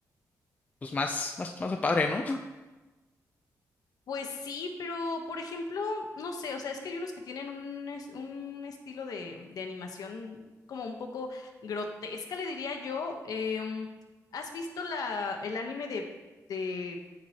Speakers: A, on the left; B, on the left.
A: pues más, más, más padre, ¿no?
B: Pues sí, pero por ejemplo, no sé, o sea, es que hay unos que tienen un, es- un estilo de, de animación como un poco grotesca, le diría yo. Em, ¿has visto la, el anime de, de,